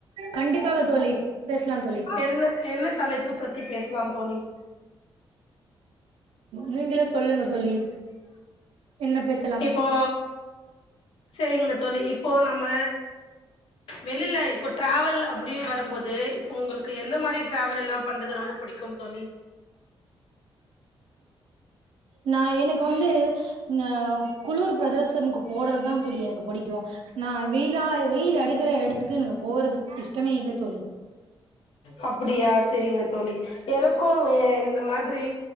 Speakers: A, on the right; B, on the left.
A: கண்டிப்பாக தோழி பேசலா தோழி
B: என்ன என்ன தலைப்பு பத்தி பேசலா தோழி
A: நீங்களே சொல் சொல்லுங்க தோழி என்ன பேசலா
B: இப்போ சேரிங்க தோழி இப்போ நம்ம வெளில இப்போ ட்ரேவல் அப்டின் வரும்போது போ உங்களுக்கு எந்த மாரி ட்ராவல் எல்லா பண்றது ரொம்ப புடிக்கு தோழி
A: நா எனக்கு வந்து அ குளுர் பிரதுரசம்க்கு போறதுதா தோழி எனக்கு புடிக்கு நா வெயிலா வெயில் அடிக்கிற டத்துக்கு நாங்க போறதுக்கு இஷ்டமே இல்ல தோழி
B: அப்டியா செரிங்க தோழி எனக்கும் எ இந்த மாத்ரி